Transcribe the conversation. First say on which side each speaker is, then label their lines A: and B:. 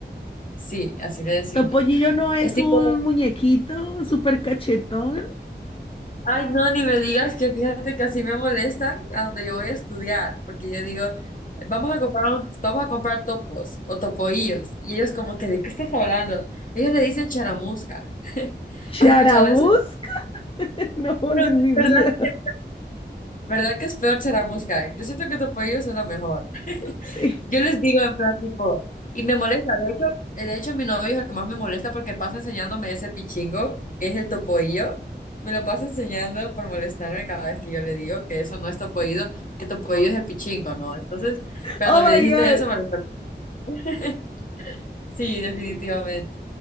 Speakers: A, on the left; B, on the left.
A: Sí, así le decimos.
B: Topollillo no es
A: Es tipo,
B: un muñequito súper cachetón.
A: ay, no, ni me digas que fíjate que así me molestan a donde yo voy a estudiar, porque yo digo, vamos a comprar, un- vamos a comprar topos o topoillos. Y ellos como que, ¿de qué estás hablando? Ellos le dicen charamusca. <laughs>
B: Charamusca.
A: ¿Has escuchado eso?
B: <laughs> No, no,
A: Pero,
B: en mi
A: ¿verdad
B: vida.
A: que, verdad que es peor charamusca? Yo siento que topoillo suena mejor.
B: Sí.
A: Yo les digo en plan tipo, y me molesta, de hecho, eh, de hecho mi novio es el que más me molesta porque pasa enseñándome ese pichingo, que es el topoillo, me lo pasa enseñando por molestarme cada vez que yo le digo que eso no es topoillo, que topoillo es el pichingo, ¿no? Entonces, cuando
B: Oh
A: me
B: my
A: dijiste
B: God.
A: eso, me recordé. <laughs> Sí, definitivamente.